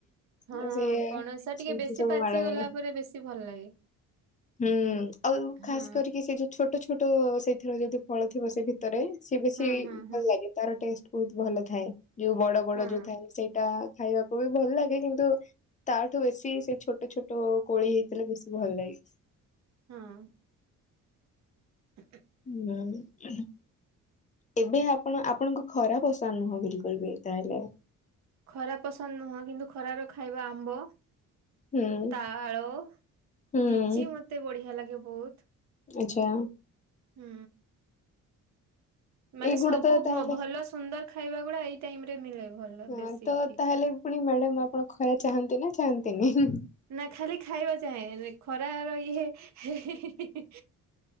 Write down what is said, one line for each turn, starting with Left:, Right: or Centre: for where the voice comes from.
Right: ହଁ
Left: ତ ସିଏ
Right: ପଣସ ଟିକେ
Left: ସେମିତି
Right: ବେଶୀ
Left: ସବୁ
Right: ପାଚି
Left: ମାଡ
Right: ଗଲା
Left: ଗୋଳ
Right: ପରେ ବେଶୀ ଭଲ ଲାଗେ।
Left: ହୁଁ ଆଉ ଖାସ
Right: ହଁ
Left: କରିକି ସେ ଯୋଉ ଛୋଟ ଛୋଟ ସେଇଥିରେ ଯଦି ଫଳ ଥିବ ସେ ଭିତରେ। ରେ ସିଏ ବେଶୀ
Right: ହଁ ହଁ ହଁ
Left: ଭଲ ଲାଗେ ତାର ଟେଷ୍ଟ ବହୁତ ଭଲ ଥାଏ। ଯୋଉ ବଡ ବଡ
Right: ହଁ
Left: ଯୋଉ ଥାଏ ସେଇଟା ଖାଇବାକୁ ବି ଭଲ ଲାଗେ କିନ୍ତୁ ତାଠୁ ବେଶୀ ସେ ଛୋଟ ଛୋଟ କୋଳି ହେଇଥିଲେ ବେଶୀ ଭଲ ଲାଗେ।
Right: ହଁ। ଟ
Left: ହୁଁ। ଏବେ ଆପଣ ଆପଣଙ୍କୁ ଖରା ପସନ୍ଦ ନୁହଁ ବିଲକୁଲ ବି ତାହେଲେ
Right: ଖରା ପସନ୍ଦ ନୁହଁ କିନ୍ତୁ ଖରାର ଖାଇବା ଆମ୍ବ
Left: ହୁଁ।
Right: ତାଳ
Left: ହୁଁ
Right: ଲିଚି ମତେ ବଢିଆ ଲାଗେ ବହୁତ।
Left: ଆଚ୍ଛା।
Right: ହୁଁ। ମାନେ
Left: ଏଇଗୁଡା
Right: ସବୁ
Left: ତ ତାହେଲେ
Right: ଭଲ ସୁନ୍ଦର ଖାଇବା ଗୁଡା ଏଇ ଟାଇମରେ ମିଳେ ଭଲ।
Left: ହଁ
Right: ବେଶୀ
Left: ତ
Right: ଠିକ
Left: ତାହେଲେ
Right: ଠିକ।
Left: ପୁଣି ମ୍ୟାଡାମ ଆପଣ ଖରା ଚାହାନ୍ତି ନା ଚାହାନ୍ତିନି ହିଁ ହିଁ?
Right: ନା ଖାଲି ଖାଇବା ଚାହେଁ ଖରାର ଇଏ ହେହେହିହି